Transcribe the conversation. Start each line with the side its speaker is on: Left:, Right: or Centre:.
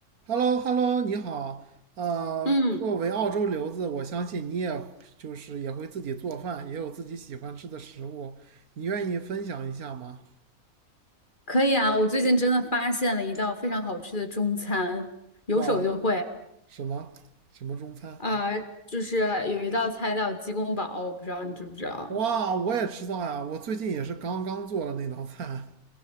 Right: h e l l o h e l l o 你好。呃，
Left: 嗯，
Right: 作为澳洲留子，我相信你也就是也会自己做饭，也有自己喜欢吃的食物。你愿意分享一下吗？
Left: 可以啊！我最近真的发现了一道非常好吃的中餐，有手就会
Right: 啊，什么什么中餐？
Left: 啊、就是有一道菜叫鸡公煲，我不知道你知不知道？
Right: 哇，我也吃到呀！我最近也是刚刚做了那道菜。